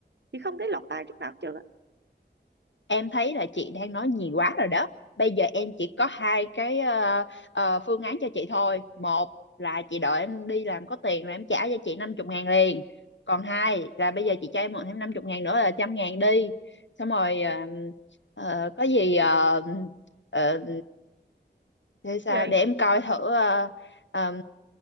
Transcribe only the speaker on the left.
em thấy là chị đang nói nhiều quá rồi đó bây giờ em chỉ có hai cái ờ, ờ, phương án cho chị thôi một là chị đợi em đi làm có tiền rồi em trả cho chị 50 ngàn liền còn hai là bây giờ chị cho em mượn thêm 50 ngàn nữa là trăm ngàn đi xong rồi ờ, ờ, có gì ờ, ờ, thế sao
để em coi thử ờ, ờ,